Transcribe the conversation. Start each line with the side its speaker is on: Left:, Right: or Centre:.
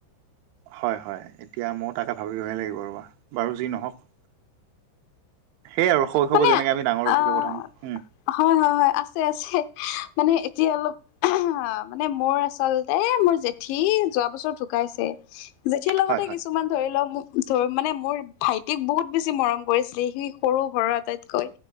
Right: হয় হয়, এতিয়া ময়ো তাকে ভাবিবহে লাগিব ৰ'বা, বাৰু যি নহওঁক। সেইয়া আৰু, শৈশৱত
Left: মানে
Right: যেনেকে আমি ডাঙৰ হৈছিলো
Left: আহ
Right: প্ৰথম, উম।
Left: হয়, হয়, হয়, আছে আছে, মানে এতিয়া অলপ মানে মোৰ আচলতে, মোৰ জেঠীৰি যোৱা বছৰ ঢুকাইছে। জেঠীৰ লগতে
Right: হয়, হয়,
Left: কিছুমান ধৰি লওঁক ধ মানে মোৰ ভাইটিক বহুত বেছি মৰম কৰিছিলে, সি সৰুৰ পৰা আটাইতকৈ।